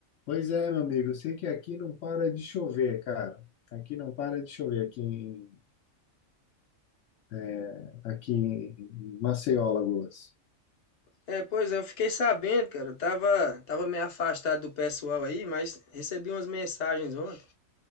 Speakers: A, on the left; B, on the left.
A: Pois é, meu amigo, eu sei que aqui não para de chover, cara. Aqui não para de chover, aqui em, é, aqui em Maceió, Alagoas.
B: É, pois é, eu fiquei sabendo, cara. Eu tava, tava meio afastado do pessoal aí, mas recebi umas mensagens ontem.